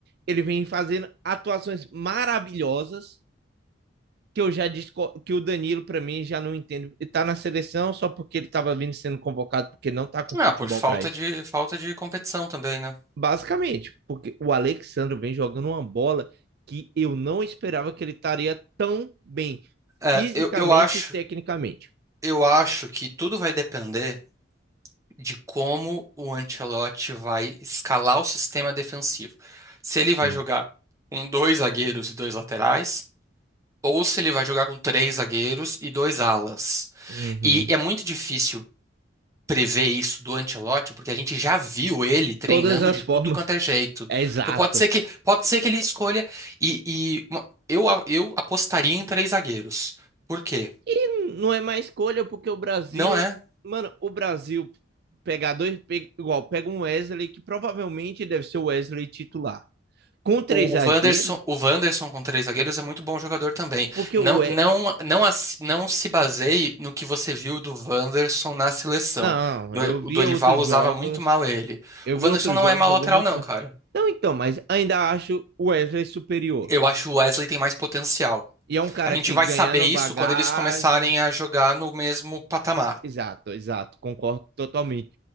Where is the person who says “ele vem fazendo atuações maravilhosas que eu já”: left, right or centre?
Right